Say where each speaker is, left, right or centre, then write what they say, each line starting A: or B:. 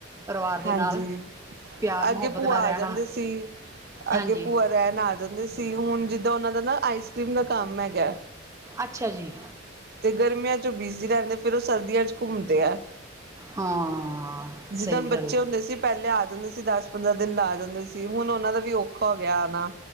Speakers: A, on the right; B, on the right.
A: ਪਰਿਵਾਰ ਦੇ
B: ਹਾਂਜੀ,
A: ਨਾਲ ਪਿਆਰ ਮੁਹੱਬਤ
B: ਅੱਗੇ ਭੂਆ
A: ਨਾਲ ਰਹਿਣਾ
B: ਆ ਜਾਂਦੇ ਸੀ।
A: ਹਾਂਜੀ
B: ਅੱਗੇ ਭੂਆ ਰਹਿਣ ਆ ਜਾਂਦੇ ਸੀ, ਹੁਣ ਜਿੱਦਾਂ ਉਹਨਾਂ ਦਾ ਨਾ ਆਈਸ ਕਰ੍ਰੀਮ ਦਾ ਕੰਮ ਹੈਗਾ
A: ਅੱਛਾ ਜੀ
B: ਤੇ ਗਰਮੀਆਂ ਚ ਉਹ ਬੀਜ਼ੀ ਰਹਿੰਦੇ, ਫਿਰ ਉਹ ਸਰਦੀਆਂ ਚ ਘੁੰਮਦੇ ਆ
A: ਹਾਂ
B: ਜਿੱਦਣ
A: ਸਹੀ
B: ਬੱਚੇ
A: ਗੱਲ
B: ਹੁੰਦੇ ਸੀ, ਪਹਿਲੇ ਆ ਜਾਂਦੇ ਸੀ। <unintelligible> ਦਸ ਪੰਦਰਾਂ ਦਿਨ ਲਾ ਜਾਂਦੇ ਸੀ, ਹੁਣ ਉਹਨਾਂ ਦਾ ਵੀ ਔਖਾ ਹੋ ਗਿਆ ਆਣਾ।